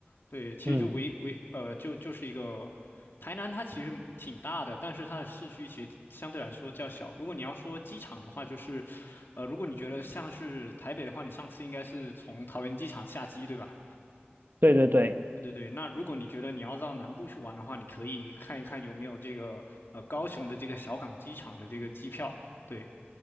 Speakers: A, on the left; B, on the right.
A: 对，其实就围围呃，
B: 嗯，
A: 就就是一个台南它其实挺大的，但是它的市区其实相对来说较小。如果你要说机场的话，就是呃，如果你觉得像是台北的话，你上次应该是从桃园机场下机，对吧？
B: 对对对，
A: 对对对，那如果你觉得你要到南部去玩的话，你可以看一看有没有这个呃高雄的这个小港机场的这个机票，对。